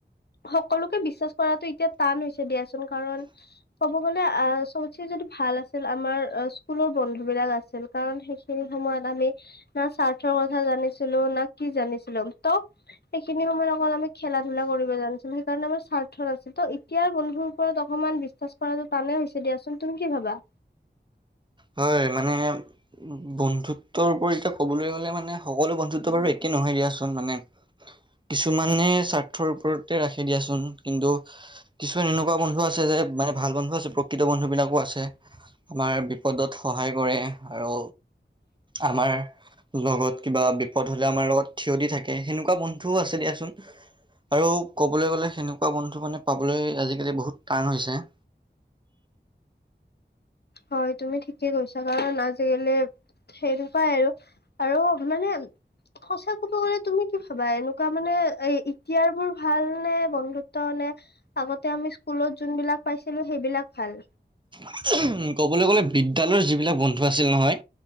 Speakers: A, on the left; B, on the right.
A: সকলোকে বিশ্বাস কৰাতটো এতিয়া টান হৈছে দিয়াচোন, কাৰণ ক'ব গলে আ, চবতছে যদি ভাল আছিল আমাৰ স্কুলৰ বন্ধু বিলাক আছিল কাৰণ সেইখিনি সময়ত আমি না স্বাৰ্থৰ কথা জানিছিলো না কি জানি। ছিলো, ত' সেইখিনি সময়ত অকল আমি খেলা-ধূলা কৰিব জানাছিলো সেইকাৰণে আমাৰ স্বাৰ্থ নাছিল ত' এতিয়াৰ বন্ধুৰ ওপৰত অকমান বিশ্বাস কৰাটো টানেই হৈছে দিয়াচোন তুমি কি ভাবা?
B: হয় মানে বন্ধু ত্বৰ ওপৰত এতিয়া ক'বলৈ গলে মানে সকলো বন্ধুটো বাৰু একে নহয় দিয়াচোন মানে কিছুমানে স্বাৰ্থৰ ওপৰতে ৰাখি দিয়াচোন কিন্তু কিছুমান এনেকুৱা বন্ধু আছে যে মানে ভাল বন্ধু আছে প্ৰকৃত বন্ধুবিলাকো আছে আমাৰ বিপদত সহায় কৰে আৰু আমাৰ লগত কিবা বিপদ হ'লে আমাৰ লগত থিয় দি থাকে, সেনেকুৱা বন্ধুও আছে দিয়াচোন। আৰু কবলৈ গলে সেনেকুৱা বন্ধু মানে পাবলৈ আজিকালি বহুত টান হৈছে। <inaudible>
A: হয় তুমি ঠিকে কৈছা কাৰণ আজিকালি সেইটোপাই আৰু আৰু মানে। সঁচা কব গলে তুমি কি ভাবা এনেকুৱা মানে এ এতিয়াৰ বোৰ ভাল নে বন্ধুত্ব নে আগতে আমি স্কুলত যোনবিলাক পাইছিলোঁ সেইবিলাক ভাল?
B: <inaudible> ক'বলৈ গ'লে বিদ্যালয়ৰ যিবিলাক বন্ধু আছিল নহয়